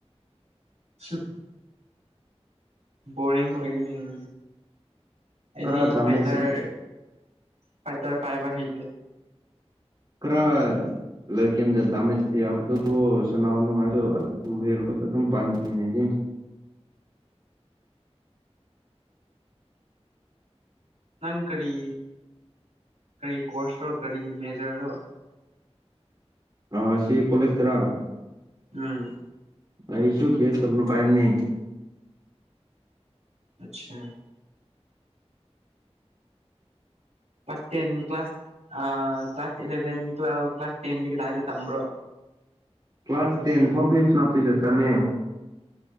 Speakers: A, on the right (about 80°); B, on the right (about 35°).
A: ꯁꯨꯠ ꯕꯣꯔꯔꯤꯡ ꯑꯣꯏꯒꯅꯤ ꯌꯦ ꯍꯥꯏꯗꯤ
B: ꯈꯔ ꯗꯥꯃꯦꯖ
A: ꯐꯥꯏꯇꯔ ꯐꯥꯏꯇꯔ ꯄꯥꯏꯕ ꯍꯩꯇꯦ
B: ꯈꯔ ꯂꯩꯀꯝꯗ ꯗꯥꯃꯦꯁꯤ ꯍꯥꯕꯗꯨ ꯁꯅꯥꯎ ꯅꯨꯡꯉꯥꯏ ꯑꯗꯨꯒꯨꯝꯕꯩ ꯔꯨꯄ ꯑꯗꯨꯝ ꯄꯥꯏꯅꯤꯡꯏ ꯑꯩꯗꯤ
A: ꯅꯪ ꯀꯔꯤ ꯀꯔꯤ ꯀꯣꯔꯁꯔꯣ ꯀꯔꯤ ꯃꯦꯖꯔꯔꯣ
B: ꯑ ꯑꯁꯤ ꯀꯣꯂꯦꯖ ꯇꯔꯥ
A: ꯎꯝ
B: ꯑꯩꯁꯨ ꯕꯤꯍꯗꯕꯨꯏ ꯄꯥꯏꯅꯤꯡ
A: ꯑꯆꯥꯥ class ten class class eleven ꯇꯨꯋꯦꯜꯕ ꯀ꯭ꯂꯥꯁ ꯇꯦꯟꯗꯤ ꯀꯗꯥꯏꯗ ꯇꯝꯕ꯭ꯔꯣ
B: ꯀ꯭ꯂꯥꯁ ꯇꯦꯟ ꯐꯥꯎꯗꯝ ꯁꯤꯅꯄꯇꯤꯗ ꯇꯝꯃꯦ